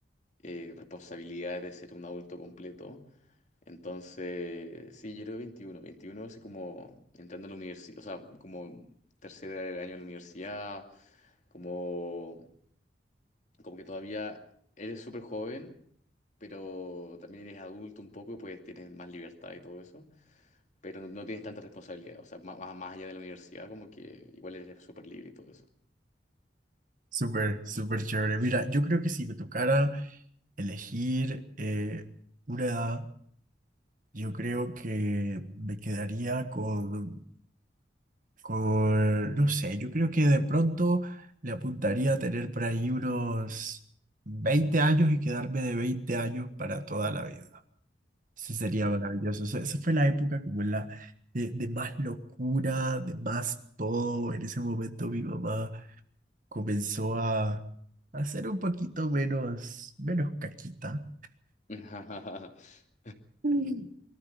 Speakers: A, on the left; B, on the right.
A: eh, responsabilidades de ser un adulto completo. Entonces, sí, yo era 21 21 así como entrando a la universidad, o sea, como tercer año de la universidad como, como que todavía eres súper joven, pero también eres adulto un poco y pues tienes más libertad y todo eso, pero no, no tienes tanta responsabilidad, o sea, más, más más allá de la universidad, como que igual eres súper libre y todo eso.
B: Súper, súper chévere. Mira, yo creo que si me tocara elegir eh, una edad, yo creo que me quedaría con Con, no sé, yo creo que de pronto le apuntaría a tener por ahí unos 20 años y quedarme de 20 años para toda la vida. Eso sería maravilloso. Eso- Esa fue la época como la de, de más locura, de más todo. En ese momento mi mamá comenzó a, a ser un poquito menos, menos caquita.
A: <laughs>
B: <laughs>